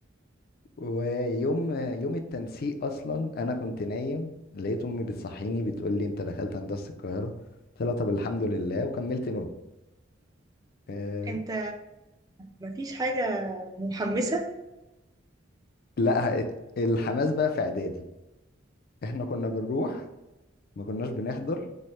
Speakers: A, on the left; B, on the right.
A: ويوم يوم التنسيق اصلا انا كنت نايم لقيت امي بتصحيني بتقول لي انت دخلت هندسه القاهره قلت لها طب الحمد لله وكملت نوم أه
B: انت مفيش حاجة محمسة
A: لا ات- الحماس بقى في اعدادي احنا كنا بنروح ما كناش بنحضر